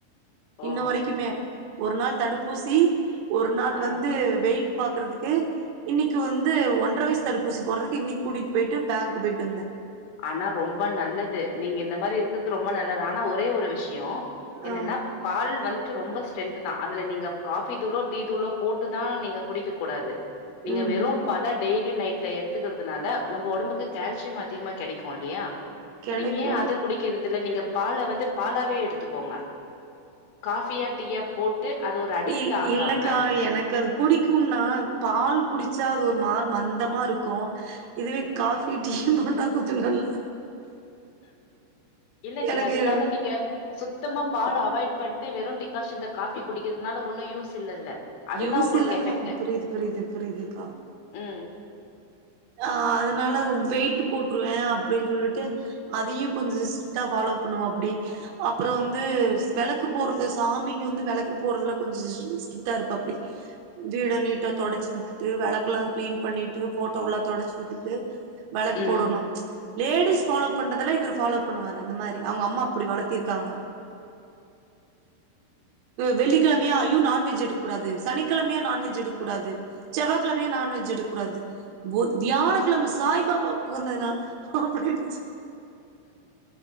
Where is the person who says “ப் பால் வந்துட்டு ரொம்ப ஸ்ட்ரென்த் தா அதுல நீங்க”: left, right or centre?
Left